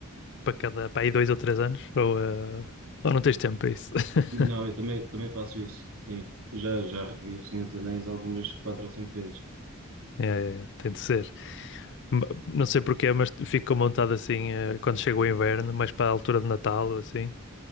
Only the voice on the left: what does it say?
para cada, para aí dois ou três anos, ou, eh, ou não tens tempo para isso. <laughs>
Yeah, yeah, yeah, tem de ser. Ma- Não sei porquê, mas fico montado assim, eh, quando chega o inverno, mais para a altura de Natal ou assim.